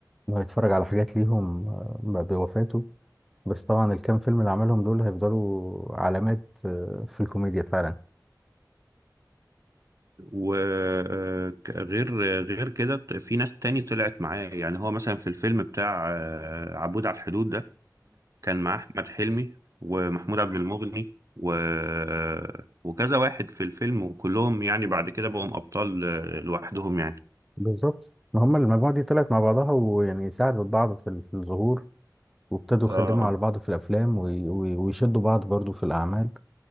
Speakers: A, in the centre; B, on the right.
A: انه يتفرج على حاجات ليهم آه، ب- بوفاته بس طبعا الكام فيلم اللي عملهم دول هيفضلوا علامات آه، في الكوميديا فعلا
B: وغير غير كده في ناس تاني طلعت معاه يعني هو مثلا في الفيلم بتاع آه، عبود على الحدود ده كان معاه أحمد حلمي ومحمود عبد المغني و... آه، وكذا واحد في الفيلم وكلهم يعني بعد كده بقوا أبطال آه، لوحدهم يعني
A: بالظبط ما هم المجموعة دي طلعت مع بعضها ويعني ساعدت بعض في ال- في الظهور وابتدوا
B: اه
A: يخدموا على بعض في الأفلام وي- وي- ويشدوا بعض برضو في الأعمال